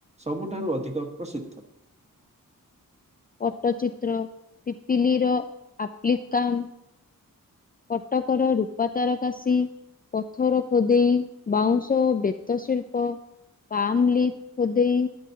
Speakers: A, on the right; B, on the left.
A: ସବୁଠାରୁ ଅଧିକ ପ୍ରସିଦ୍ଧ?
B: ପଟ୍ଟଚିତ୍ର, ପିପିଲିର ଆପ୍ଲିକାମ୍ କଟକର ରୂପା ତାରକାସୀ ପଥର ଖୋଦେଇ, ବାଉଁଶ ଓ ବେତ ଶିଳ୍ପ ପାମ୍ ଲିଫ୍ ଖୋଦେଇ